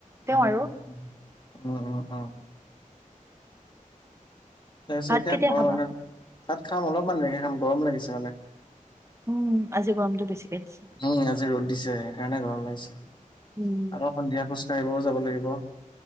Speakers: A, on the right; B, on the left.
A: তেও
B: উ উম
A: আৰু
B: উ উ তাৰ পিছত
A: ভাত
B: এতিয়া
A: কেতিয়া
B: ঘৰত
A: খাবা
B: মানে ভাত খাম অলপমান দেৰিকে খাম গৰম লাগিছে মানে
A: উম আজি গৰমতটো বেছিকে দিছে
B: উম আজি ৰ'দ দিছে সেইকাৰনেই গৰম লাগিছে।
A: উম,
B: আৰু সন্ধিয়া খোজ কঢ়িবও যাব লাগিব।